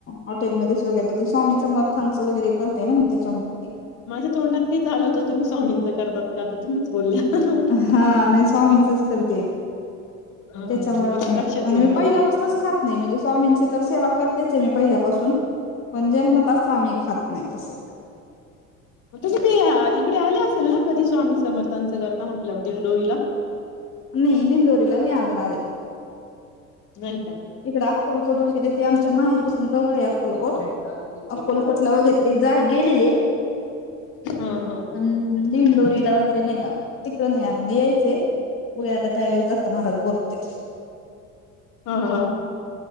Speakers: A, on the left; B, on the left.
A: हॉटेलमध्येच वगैरे करते स्वामी समर्थाचं वगैरे करते ना मी त्याच्यामुळे
B: माझ्या तोंडात तेच आल होतं तुम्ही स्वामींचं करतात का तर तुम्हीच बोलल्या.
A: हा
B: हं,
A: नाही स्वामींचच करते
B: हां,
A: त्याच्यामुळे
B: ते लगेच
A: नाही
B: लक्षात
A: आणि
B: येऊन
A: मी
B: जातं.
A: पहिल्यापासूनच खात नाही म्हणजे स्वामीचं तर सेवा कर त्याचे मी पहिल्यापासून म्हणजे जन्मताचं आम्ही खात नाही तस
B: तुझी ते इकडे आले असेल ना कधी स्वामी समर्थांचं करता दिंढोरीला
A: नाही दिढोंरीला नाही आजुन आले <inaudible>
B: नाही
A: इकड अक्कोलकोट वगैरे ते आमच्या माहेर पासून जवळ आहे अक्कोलकोट, अक्कोलकोटला वगैरे गेलेले
B: <inaudible> हा हा
A: पण दिंडोरीला वगैरे नाही आले तिकड नाही यायचंय बघुया आता काय जत्रेला बोलवतील
B: हा हा